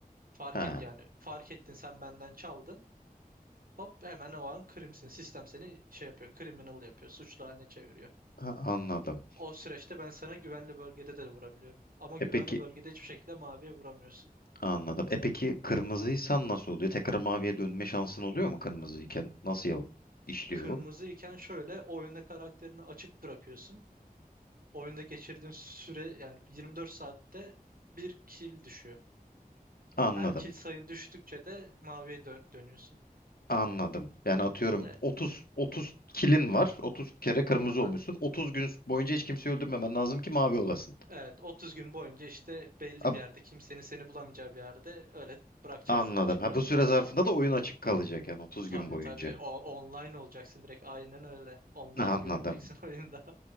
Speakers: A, on the right; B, on the left.
A: Fark
B: Ha,
A: et yani fark ettin sen benden çaldın. Hop hemen o an krimsin. Sistem seni şey yapıyor, criminal yapıyor, suçlu haline çeviriyor.
B: ha, anladım.
A: O süreçte ben sana güvenli bölgede de vurabiliyorum. Ama
B: E
A: güvenli
B: peki
A: bölgede hiçbir şekilde maviye vuramıyorsun.
B: Anladım. E peki kırmızıysan nasıl oluyor? Tekrar maviye dönme şansın oluyor mu kırmızıyken? Nasıl yol işliyor?
A: Kırmızı
B: o?
A: iken şöyle oyunda karakterini açık bırakıyorsun. Oyunda geçirdiğin süre yani 24 saatte bir kill düşüyor.
B: Anladım.
A: Her kill sayın düştükçe de maviye dö- dönüyorsun.
B: Anladım. Yani atıyorum
A: Evet.
B: 30 30 kilin var. 30 kere kırmızı
A: Aha.
B: olmuşsun. 30 gün boyunca hiç kimseyi öldürmemen lazım ki mavi olasın.
A: Evet 30 gün boyunca işte belli
B: A-
A: bir yerde kimsenin seni bulamayacağı bir yerde öyle bırakacaksın
B: Anladım.
A: açık
B: Ha
A: bırakacaksın.
B: bu süre zarfında da oyun açık kalacak yani 30
A: Tabii
B: gün boyunca.
A: tabii o online olacaksın direkt aynen öyle. Online
B: Anladım.
A: görüneceksin <laughs> oyunda.